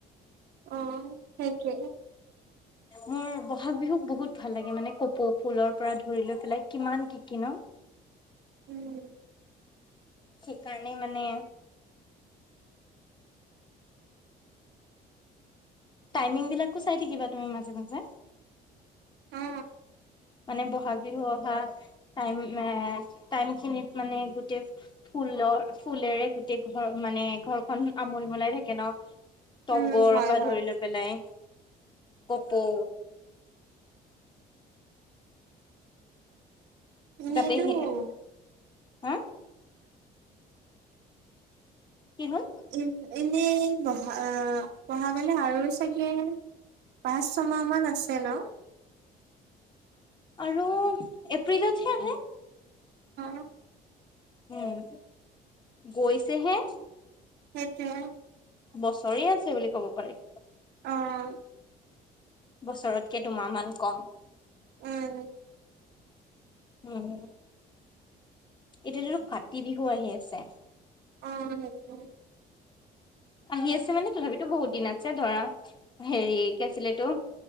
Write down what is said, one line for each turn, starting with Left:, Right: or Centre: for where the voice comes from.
Right: অ' সেইটোৱে।
Left: মোৰ বহাগ বিহুক বহুত ভাল লাগে মানে কপৌ ফুলৰ পৰা ধৰি লৈ পেলাই কিমান কি কি ন!
Right: উম।
Left: সেইকাৰণে মানে টাইমিং বিলাকো চাই থাকিবা তুমি মাজে মাজে
Right: অঁ।
Left: মানে ব'হাগ বিহু অহা টাইম এ - টাইম খিনিত মানে গোটেই ফুলৰ - ফুলেৰে গোটেই ঘৰ মানে ঘৰখন আমোল মোলাই থাকে ন' তগৰৰ
Right: উম হয়
Left: পৰা
Right: হয়
Left: ধৰি লৈ পেলাই। কপৌ
Right: <unintelligible>
Left: যাতে সি হা কি হ'ল?
Right: এ - এনেই বহা‌ - অ- বহাগলে আৰু চাগে পাঁচ, ছমাহ মান আছে ন?
Left: আৰু এপ্ৰিলতহে আহে।
Right: <inaudible>
Left: উম, গৈছেহে।
Right: সেইটোৱে।
Left: বছৰে আছে বুলি ক'ব পাৰি।
Right: অঁ।
Left: বছৰতকে দুমাহ মান কম।
Right: উম।
Left: উম। এতিয়া তটো কাতি বিহু আহি আছে।
Right: অ' সেইটো।
Left: আহি আছে মানে তথাপিতো বহুত দিন আছে ধৰা, হেৰি কি আছিল এইটো